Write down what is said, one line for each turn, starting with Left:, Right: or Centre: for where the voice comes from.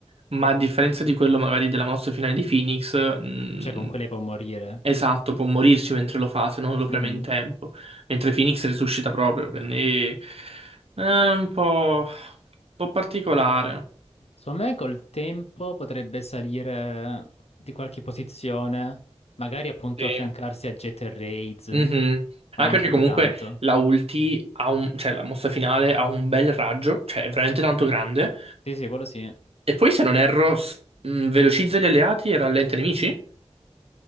Right: ma a differenza di quello magari della mossa finale di Phoenix, mh,
Left: Cioè, comunque lei può morire.
Right: esatto, può morirci mentre lo fa se non lo preme
Left: Mhm.
Right: in tempo, mentre Phoenix resuscita proprio, quindi è un po', un po' particolare.
Left: Secondo me col tempo potrebbe salire di qualche posizione, magari appunto
Right: Sì.
Left: affiancarsi a Jet e Raids,
Right: Mhm.
Left: ma
Right: Anche
Left: non
Right: perché
Left: più di
Right: comunque
Left: tanto.
Right: la ulti ha un, cioè la mossa finale ha un bel raggio, cioè è veramente tanto grande.
Left: Sì, sì, quello sì.
Right: E poi se non erro, s- mh, velocizza gli alleati e rallenta i nemici?